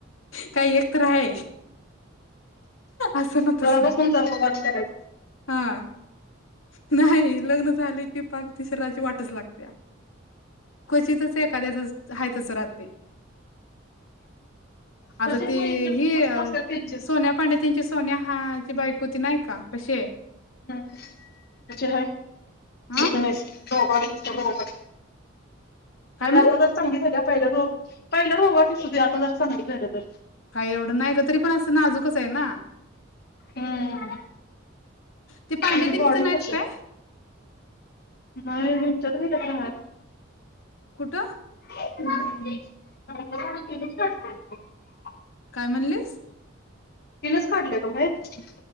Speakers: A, on the left; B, on the left.
A: काय एक तर आहे. असं ना तसं.
B: घरापासून जरा <unintelligible> करायच
A: हां नाही लग्न झालंय. ती पाक ती शरीराची वाटच लागत्याय. क्वचितच एखाद्याचंच हाय तसं राहतंय. आता
B: म्हणजे
A: ती
B: मग जे खूप
A: हि,
B: क्वेश्चन असतात त्यांचेच
A: सोन्या पांडे त्यांची सोनिया हाय बायको ती नाही का? कशी हाय?
B: हम्म त्याचे आहेत
A: हां,
B: इंटरनॅशन रोगाट दिसतो रोगाट
A: काय
B: तरी
A: म्हणली?
B: आता जरा चांगली झाल्या. पहिल्या पहिल्या रोगाट दिसत होती, आता जरा चांगली झाल्या तर
A: काही एवढं नाही ग तरी पण असं नाजुकचं हाय ना,
B: हम्म
A: ते पांड्या
B: तिची
A: तेन
B: बॉडी
A: हित नाहीत
B: कशी
A: काय?
B: आहे? नाही ह्याच्यात गेल्यात राहायला.
A: कुठं?
B: <inaudible>
A: काय म्हणलीस.
B: तिनच काढलं काय बाहेर